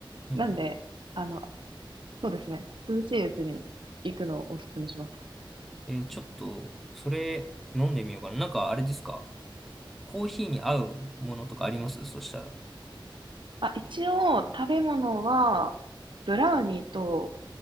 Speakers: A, in the centre; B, on the right.
A: うん。
B: なんで、あの、そうですね。涼しいうちに行くのをおすすめします。
A: えーちょっと、それ飲んでみようかな。なんかあれですかコーヒーに合うものとかありますそしたら。
B: あ、一応、食べ物は、ブラウニーと、